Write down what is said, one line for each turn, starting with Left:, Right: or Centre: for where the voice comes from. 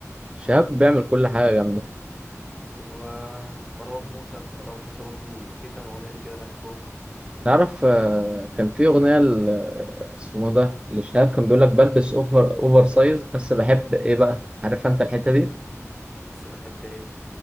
Right: شهاب بيعمل
Centre: آه
Right: كل حاجة جامدة
Centre: ومروان موسى مروان موسى برضو في كام اغنيه لي كده بحبهم
Right: تعرف آه، كان في أغنية ل- اسمه ده لشهاب كان بيقول لك بلبس أوفر أوفر سايز بس بحب إيه بقى عارف أنت الحتة دي؟
Centre: بس بحب ايه